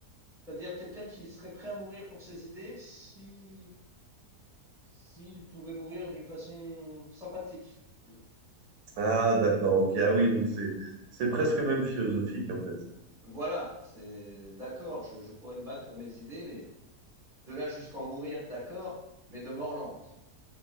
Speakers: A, in the centre; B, on the right.
A: C'est-à-dire quelqu'un qui serait prêt à mourir pour ses idées si s'il pouvait mourir d'une façon sympathique, disons.
B: Ah d'accord, ok, ah oui, donc c'est, c'est presque même philosophique en fait.
A: Voilà, c'est d'accord, je, je pourrais me battre pour mes idées, mais de là jusqu'en mourir, d'accord, mais de mort lente.